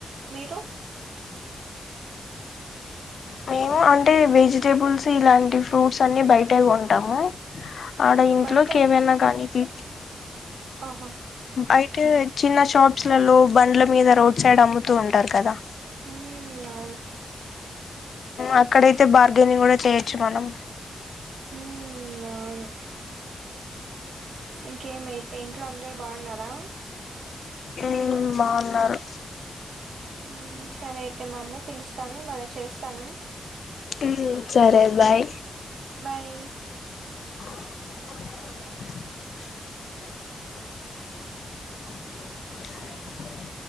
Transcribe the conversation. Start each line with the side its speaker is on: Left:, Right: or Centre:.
Right: మీరు
Left: మేము అంటే వెజిటేబుల్స్ ఇలాంటి ఫ్రూట్స్ అన్ని బయటే కొంటాము ఆడ ఇంట్లోకి
Right: బయట
Left: ఏవైనా కానీది
Right: ఆహా
Left: అయితే చిన్న షాప్స్లలో బండ్ల మీద రోడ్ సైడ్ అమ్ముతూ ఉంటారు కదా
Right: ఉమ్ అవును
Left: అక్కడయితే బార్గెనింగ్ కూడా చేయొచ్చు మనం
Right: ఉం అవును ఇంకేమయితే ఇంట్లో వాళ్ళు బాగున్నారా
Left: మ్మ్ బాగున్నారు
Right: మ్మ్ సరే అయితే మా అమ్మ పిలుస్తాంది మళ్ళ చేస్తాను
Left: మ్మ్ సరే బాయ్
Right: బాయ్
Left: <inaudible> <unintelligible> లేకపొయ